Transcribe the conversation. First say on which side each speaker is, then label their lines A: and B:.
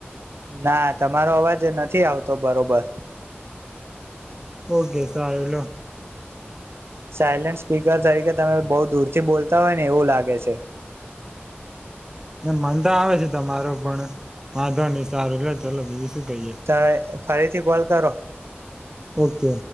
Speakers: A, on the right (about 75°); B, on the right (about 15°).
A: ના તમારો અવાજ નથી આવતો બરોબર.
B: ઓકે <unintelligible>
A: સાયલેન્ટ સ્પીકર તરીકે તમે બહુ દૂરથી બોલતા હોય ને એવું લાગે છે.
B: એ મન તો આવે છે, તમારો પણ વાંધો સારું <unintelligible> બીજું શું કહીએ
A: <inaudible> ફરીથી કોલ કરો.
B: ઓકે.